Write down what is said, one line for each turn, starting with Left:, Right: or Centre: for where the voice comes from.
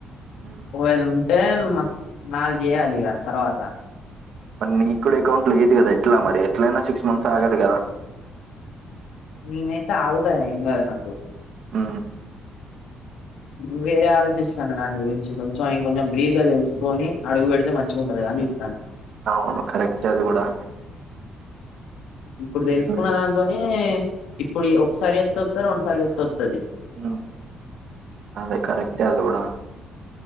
Right: ఉమ్,
Left: మొబైల్ టె మ నాది చేయాలి ఇగ తర్వాత
Right: మరి నీకు కూడా అకౌంట్ లేదు కదా ఎట్లా మరి ఎట్లయినా సిక్స్ మంత్స్ ఆగాలి కదా
Left: నేనైతే ఆగుతా ఎం గాదు నాకు
Right: మ్
Left: నువు వేరే ఆలోచిస్తున్నావ్ దాని గురించి కొంచం ఇంకోచం బ్రీఫ్ గా తెలుసుకొని అడుగు పెడితే మంచిగ ఉంటది కదా అని చెప్తానా
Right: అవును కరెక్టే అది కూడా
Left: ఇప్పుడు తెలుసుకున్న
Right: ఉమ్
Left: దాంతోనే ఇప్పుడు ఒకసారి చెత్తే ఓత్తది రండుసారి చెత్తే ఓత్తది
Right: మ్ అదే కరెక్టే అది కూడా